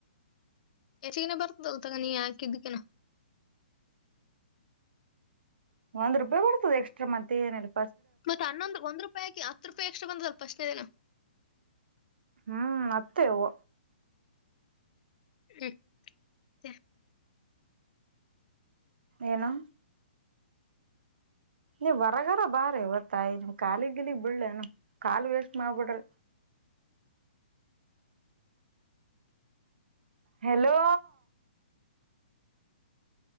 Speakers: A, on the left; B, on the right.
A: ಹೆಚ್ಚಿಗನ್ ಬರ್ತದಲ್ ತಗೂ ಹಿಕಿದಕನ್.
B: ಒಂದು ರೂಪಿರ್ತದೆ ಎಕ್ಸ್ಟ್ರ ಮತ್ತ ಏನ್ ಇಲ್ಲಾ.
A: ಮತ್ತ ಹನ್ನೊಂದು ಒಂದು ರೂಪಾಯಿ ಆಕಿ ಹತ್ತ ರೂಪಾಯಿ ಏಷ್ಟರಾ ಪಾಸ್ಟಾನೇ ದಿನ.
B: ಹ್ಮ್ ಮತ್ತೇ ಹೊ.
A: ಹ್ಮ್... ಮತ್ತೆ.
B: ಏನೋ. ನೀ ಹೊರಗರ ಬಾರ ಯಾವ್ ತಾಯಿ ನಿಮ ಕಾಲಿ ಗಿಲ್ಲಿಗೆ ಬಿಳ್ಳನು ಕಾಲು ವೇಸ್ಟ್ ಮಾಡಬೇಡಿರಿ. ಹೇಳೋ.